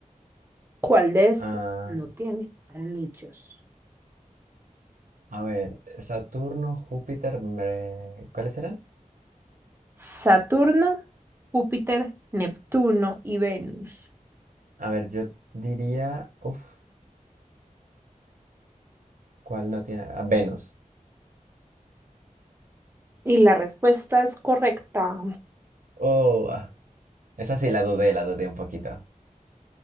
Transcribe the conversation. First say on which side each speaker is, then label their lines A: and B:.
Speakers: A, on the right (about 15°); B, on the right (about 70°).
A: ¿Cuál de estos
B: Ah,
A: no tiene anillos?
B: a ver, Saturno, Júpiter, Mer- ¿cuáles eran?
A: Saturno, Júpiter, Neptuno y Venus.
B: A ver, yo diría, uf, ¿cuál no tiene? Ah, Venus.
A: Y la respuesta es correcta.
B: Oh, ah, esa sí la dudé, la dudé un poquito.